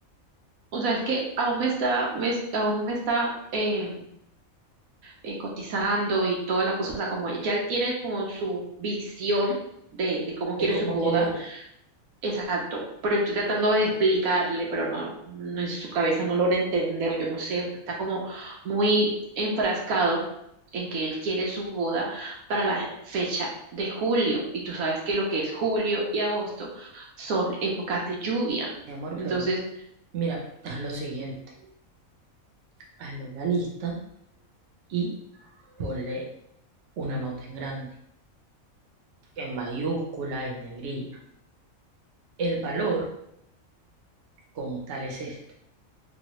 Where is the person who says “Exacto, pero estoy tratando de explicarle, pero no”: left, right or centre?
Right